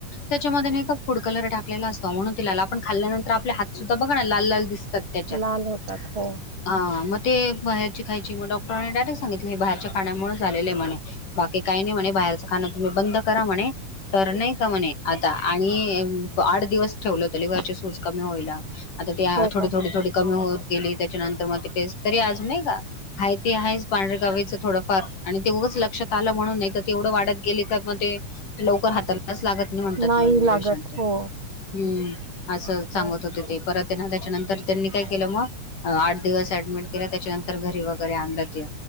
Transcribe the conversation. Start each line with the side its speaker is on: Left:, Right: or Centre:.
Left: त्याच्यामध्ये नाही फूड कलर टाक टाकलेला असेतात आपण खल्ल्यानंतर आप हात सुद्धा बघा ना लाल लाल दिस अ त्याच्यात
Right: लाल होतात हो
Left: हा म ते बाहेरची खायची मग डॉक्टरांनी डायरेक्ट सांगितले बाहेरच्या खाण्यामुळे झा आले म्हणे बाकी काही नाही म्हणे बाहेरचं खाण तुम्ही बंद करा म्हणे तर नाही का म्हणे आता आणि, आठ दिवस ठेवलं हो लिवरची सूज कमी होईला आता ती
Right: हो
Left: थोडी
Right: का
Left: थोडी थोडी कमी होत गेली त्याच्यानंतर मग त टेस्ट तरी अजून का आहे त आहेच पांढरे गावीचं थोडंफार आणि ते उगच लक्षात म्हणून नाही तर तेवढं वाढत गेले का मग ते लवकर हाताला लागत नाही म्हणतात
Right: नाही लागत
Left: पेशंट हम्म
Right: हो
Left: असं सांगत
Right: हो
Left: होते ते परत त्याच्यानंतर त्यांनी काय केलं मग आठ दिवस ऍडमिट केला त्याच्यानंतर घरी वगैरे आणलं ते